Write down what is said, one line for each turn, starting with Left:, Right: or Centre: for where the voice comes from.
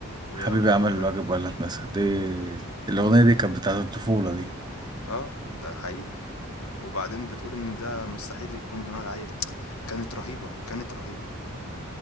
Left: ويا
Right: حبيبي
Left: ماما
Right: عمل
Left: بُكرة
Right: الواجب
Left: ج
Right: ولا اتنسى دي الاغنيه دي كانت بتاعت الطفوله دي
Left: آه، ده حقيقي، وبعدين بتقول إن ده مستحيل يكون دماغ عيل، كانت رهيبة، كانت رهيبة،